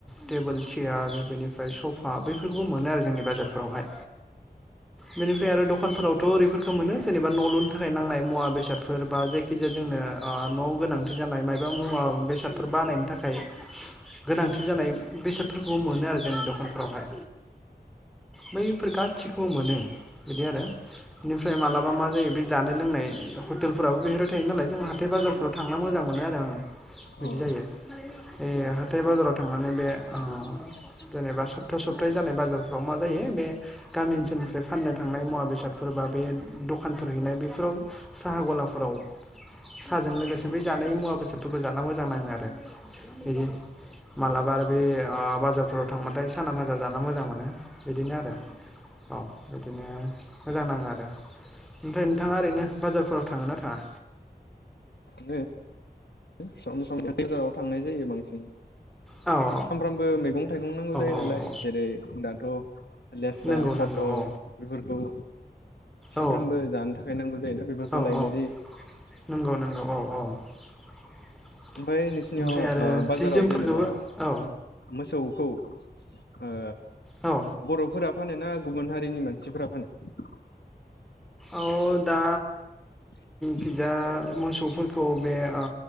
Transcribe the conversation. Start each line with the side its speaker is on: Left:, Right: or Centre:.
Centre: टेबोल सियार बेनिफ्राय सफा बैफोरखौबो मोनो आरो जोंनि बाजारफोरावहाय बेनिफ्राय आरो दखानफोराव थ' बेफोरखौ मोनो जेनेबा न' लुनो थाखाय नांनाय मुवा बेसादफोर बा जायखि जाया जोंनो ओ न' वाव गोनांथि जा जानाय मायबा मुवा बेसादफोर बानायनो थाखाय गोनांथि जानाय बेसादफोरखौबो मोनो आरो जेनेबा दखानफोरावहाय बैफोर गासिखौबो मोनो बिदि आरो बेनिफ्राय मालाबा मा जायो बे जानाय लोंनाय हटेलफोराबो बेफोरबाय थायो नालाय जों हाथाय बाजारफोराव थांना मोजां मोन मोनो आरो आङो
Left: औ
Centre: बिदि जायो बे हाथाय बाजाराव थांनानै बे
Left: <inaudible>
Centre: ओ जेनेबा सप्ता सप्तयै जानाय बाजारफ्राव मा जायो बे गामि ओनसोलनिफ्राय फाननो थांनाय मुवा बेसादफोरखौ सोरबा बे दखानफोर हैनाय बेफोराव साहा गलाफोराव साहाजों लोगोसे बै जानाय मुवा बेसादफोरखौ जाना मोजां नाङो आरो। बिदि माबलाबा आरो बे बाजारफोराव थांबाथाय साना भाजा जाना मोजां मोनो बिदिनो आरो। औ बिदिनो मोजां नाङो आरो ओमफ्राय नोंथाङा ओरैनो बाजारफोराव थाङो ना थाङा?
Left: ननो <unintelligible> सम सम गेजेराव थांनाय जायो बांसिन
Centre: औ
Left: सामफ्रामबो मैगं थाइगं नांगौ जायो
Centre: औ
Left: नालाय
Centre: औ
Left: जेरै दाथ' लेस्रा
Centre: नंगौ नंगौ
Left: पटल
Centre: औ
Left: बेफोरखौ सानफ्रामबो
Centre: औ
Left: जानो थाखाय नांगौ जायोना बेफोरखौ
Centre: औ
Left: लायनाय
Centre: औ
Left: जायो।
Centre: नंगौ नंगौ औ औ
Left: ओमफ्राय नोंसिनियाव
Centre: ओमफ्राय
Left: ओ
Centre: आरो
Left: बाजाराव
Centre: जि जोमफोरखौबो
Left: जेनेबा
Centre: औ
Left: मोसौ खौ ओ
Centre: औ
Left: बर'फोरा फानो ना गुबुन हारिनि मानसिफोरा फानो?
Centre: औ दा
Left: <inaudible>
Centre: खिजा मोसौफोरखौ बे ओ